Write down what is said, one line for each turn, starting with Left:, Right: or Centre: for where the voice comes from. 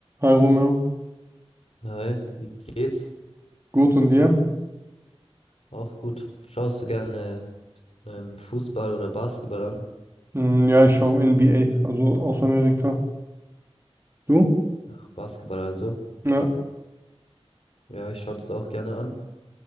Right: Hi Romeo,
Left: Hi, wie geht's?
Right: gut und dir?
Left: Auch gut. Schaust du gerne ähm, Fußball oder Basketball an?
Right: Hm, ja, ich schaue NBA, also aus Amerika. Du?
Left: Ach, Basketball also.
Right: Ja.
Left: Ja, ich schaue das auch gerne an.